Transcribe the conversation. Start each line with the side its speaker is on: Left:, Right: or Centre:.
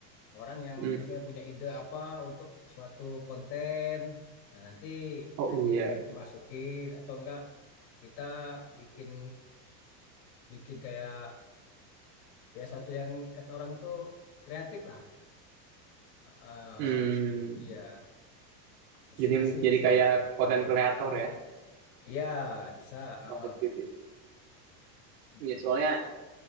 Left: orang yang
Right: Hmm.
Left: misalnya punya ide apa untuk suatu konten. Nah, nanti
Right: Oh
Left: nanti
Right: iya.
Left: di- dimasukin atau enggak kita bikin bikin kayak ya suatu yang kata orang tuh kreatif lah Heeh.
Right: Hmm.
Left: iya masih
Right: Jadi
Left: masih
Right: jadi
Left: bisa
Right: kayak konten kreator ya,
Left: iya bisa Heeh.
Right: waktu itu. ya.
Left: Mm-mm.
Right: Iya, soalnya